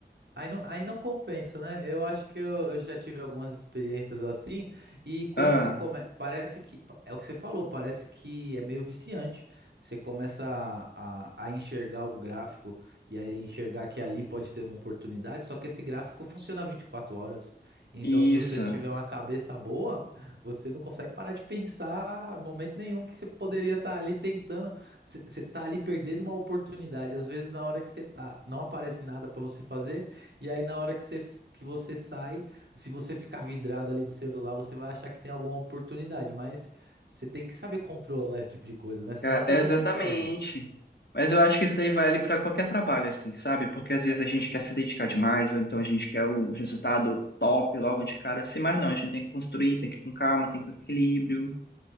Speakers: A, on the right; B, on the left.
A: Aí não, aí não compensa, né? Eu acho que eu, eu já tive algumas experiências assim, e quando
B: Ah,
A: você começa. Parece que. É o que você falou, parece que é meio viciante. Você começa a, a, a enxergar o gráfico e aí enxergar que ali pode ter uma oportunidade, só que esse gráfico funciona 24 horas. Então,
B: isso.
A: se você não tiver uma cabeça boa, você não consegue parar de pensar em momento nenhum que você poderia estar ali tentando. Você está ali perdendo uma oportunidade. Às vezes, na hora que você tá, não aparece nada para você fazer. E aí, na hora que você, que você sai, se você ficar vidrado ali no celular, você vai achar que tem alguma oportunidade, mas você tem que saber controlar esse tipo de coisa, né? Senão
B: Cara,
A: a pessoa
B: é exatamente.
A: se perde.
B: Mas eu acho que isso daí vale para qualquer trabalho, assim, sabe? Porque às vezes a gente quer se dedicar demais, ou então a gente quer um resultado top logo de cara, assim, mas não, a gente tem que construir, tem que ir com calma, tem que ir com equilíbrio.